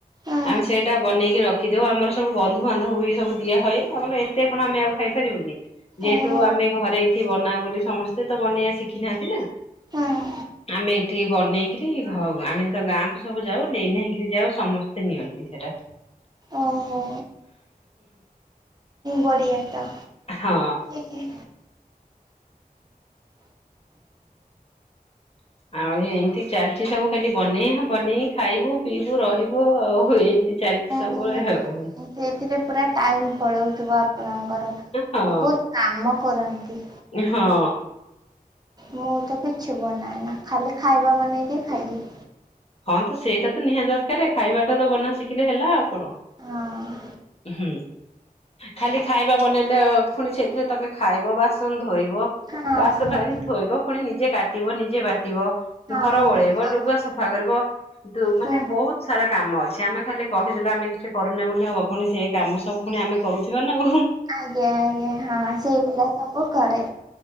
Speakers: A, on the right; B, on the left.
A: ହୁଁ
B: ଆମେ ସେଇଟା ବନେଇକି ରଖିଦଉ ଆମର ସବୁ ବନ୍ଧୁବାନ୍ଧବ ସବୁ ଦିଆ ହଏ ଆମର ଏତେ କଣ ଆମେ ଆଉ ଖାଇପାରିବୁ କି ଯେହେତୁ
A: ଓହୋ
B: ଆମେ ଘରେ ଏଇଠି ବନାଉ ବୋଲି ସମସ୍ତେ ତ ବନେଇବା ଶିଖି ନାହାନ୍ତି ନା
A: ହୁଁ।
B: ଆମେ ଏଇଠି ବନେଇକିରି ଆମେ ତ ଗାଁକୁ ସବୁ ଯାଉ ନେଇ ନେଇକରି ଯାଉ ସମସ୍ତେ ନିଅନ୍ତି ସେଟା।
A: ଓହୋ ବଢ଼ିଆ ତ।
B: ହଁ।
A: ହୁଁ।
B: ଆଉ ଏମିତି ଚାଲି ଅଛି ସବୁ ଖାଲି ବନେଆ ବନେଇ ଖାଇବୁ ପିଇବୁ ରହିବୁ ଆଉ ଏମିତି ଚାଲିଛି ସବୁବେଳେ
A: ହୁଁ
B: ଆଉ।
A: ସେଇଥିରେ ପୁରା ଟାଇମ୍ ପଳଉଥିବ ଆପଣଙ୍କର ବହୁତ
B: ହଁ
A: କାମ କରନ୍ତି।
B: ହଁ।
A: ମୁଁ ତ କିଛି ବନାଏ ନା ଖାଲି ଖାଇବା ବନେଇଦିଏ ଖାଇଦିଏ।
B: ହଁ ତ ସେଇଟା ତ ନିହାତି ଦରକାର ଖାଇବାଟା ତ ବନା ଶିଖିଲେ ହେଲା ଆଉ କଣ
A: ହଁ
B: ହୁଁ ଖାଲି ଖାଇବା ବନେଇଲେ ପୁଣି ସେଇଥିରେ ତମେ ଖାଇବ ବାସନ ଧୋଇବ
A: ହଁ
B: ବାସନ
A: ହଁ
B: ଆଣି ଥୋଇବ ପୁଣି ନିଜେ କାଟିବ ନିଜେ ବାଟିବ
A: ହଁ
B: ଘର ଓଳେଇବ ଲୁଗା ସ ସଫା କରିବ ମାନେ
A: ହଁ।
B: ବହୁତ ସାରା କାମ ଅଛି ଆମେ ଖାଲି କହିଦେଲେ ଆମେ କିଛି କରୁନେ ବୋଲି ହବ ପୁଣି ସେ କାମ ସବୁ ପୁଣି ଆମେ କରୁଥିବା ନାଉ
A: ଆଜ୍ଞା ଆଜ୍ଞା ହଁ ସେଇଗୁଡା ସବୁ କରେ।